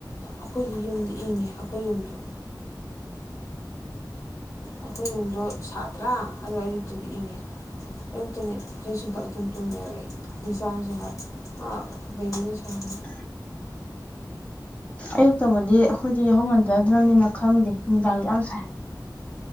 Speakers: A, on the left; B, on the left.
A: ꯑꯈꯣꯏꯒꯤ ꯌꯨꯝꯗꯤ ꯏꯪꯉꯦ ꯑꯈꯣꯏ ꯌꯨꯝꯗꯣ ꯑꯩꯈꯣꯏ ꯌꯨꯝꯗꯣ ꯁꯥꯠꯇ꯭ꯔꯥ ꯑꯗꯣ ꯑꯌꯨꯛꯇꯗꯤ ꯏꯪꯉꯦ ꯑꯌꯨꯛꯇꯅꯦ ꯐꯩꯖꯨꯞ ꯆꯤꯡꯈꯠꯂ ꯑꯗꯨꯝ ꯇꯨꯃꯦꯕꯥ ꯑꯩ ꯂꯤꯆꯥ ꯅꯁꯨ ꯍꯥꯏ ꯕꯦꯕꯤꯅꯁꯨ ꯍꯥꯏ
B: <inaudible> ꯑꯌꯨꯛꯇꯕꯨꯗꯤ ꯑꯩꯈꯣꯏꯗꯤ ꯌꯥꯎꯍꯧꯃꯟꯗꯗ꯭ꯔꯝꯅꯤꯅ ꯈꯪꯗꯦ ꯅꯨꯃꯤꯗꯥꯡꯗꯤ ꯌꯥꯝ ꯁꯥꯏ